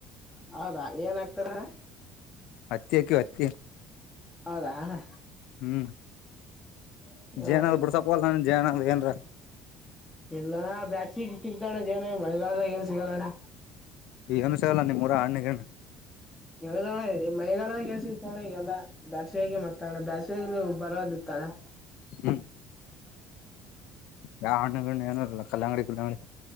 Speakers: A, in the centre; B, on the left.
A: ಹೌದಾ ಏನ್ ಆಕ್ತಾರ
B: ಹತ್ತೆಕ ಹತ್ತಿ
A: ಹೌದಾ ಹ
B: ಹ್ಮ್
A: ಹೌದಾ
B: ಜೇನಾಗ ಬಿಡ್ಸಕಲ್ಲ ನ ಜೇನಂದ ಏನ್ರ
A: ಎಲ್ಲಣ್ಣ ಬ್ಯಾಸಿಗೆ ಸಿತ ಅಣ್ಣ ಜಏನ ಮಳಗಾಲದಾಗ ಏನ್ ಸಿಗಲ್ಲಣ್ಣ
B: ಈ ಏನುಷಗಲ್ಲ ನಿಮ್ಮರ ಹಣ್ಣಗಣ
A: ನ ಮನೆಗಾಲದಾಗ ಸಿಗ್ತಾವಳೆ ಈಗೆಲ್ಲಾ ಬ್ಯಸ್ಗೆ ಮತ್ತೆ ಬೇಸ್ಸಗ ಬರದಿತ್ತಾಳೆ
B: ಹ್ಮ್ ಯಾವ ಹಣ್ಣಗಳ ಏನೂ ಇಲ್ಲ ಕಲ್ಲಂಗಡಿ ಕಲ್ಲಂಗಡಿ